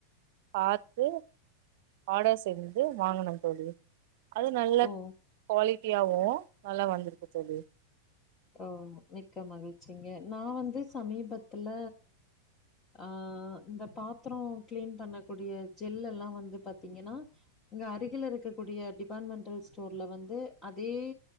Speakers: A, on the right; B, on the left.
A: பாத்து ஆடர் செஞ்சி வாங்கன தோலி அது நல்ல
B: ஓ
A: குவாலி <inaudible> நல்லா வந்திருக்கு தோலி
B: ஓ மிக்க மகிழ்ச்சிங்க நா வந்து சமீபத்துல அ இந்த பாத்றோம் கிளீன் பண்ணக்கூடிய ஜெல்லல்லா வந்து பாத்தீங்கன்னா இங்க அருகில இருக்கக்கூடிய டிபார்ட்மெண்டல் ஸ்டோர்ல வந்து அதே